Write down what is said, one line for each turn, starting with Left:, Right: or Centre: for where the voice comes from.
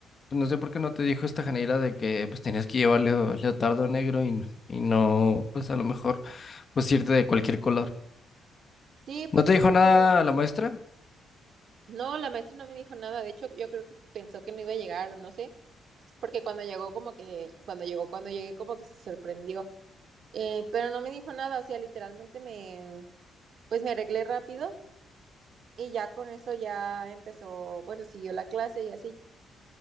Left: Pues no sé por qué no te dijo esta Janeira de que pues tenías que llevar leo- leotardo negro y, y no, pues a lo mejor, pues irte de cualquier color.
Right: Sí,
Left: ¿No
Right: pues
Left: te
Right: sí
Left: dijo
Right: me
Left: nada
Right: pudo.
Left: la maestra?
Right: No, la maestra no me dijo nada, de hecho yo creo que pensó que no iba a llegar o no sé, porque cuando llegó como que, cuando llegó, cuando llegué como que se sorprendió, Eh, pero no me dijo nada, o sea, literalmente me, pues me arreglé rápido y ya con eso ya empezó, bueno, siguió la clase y así.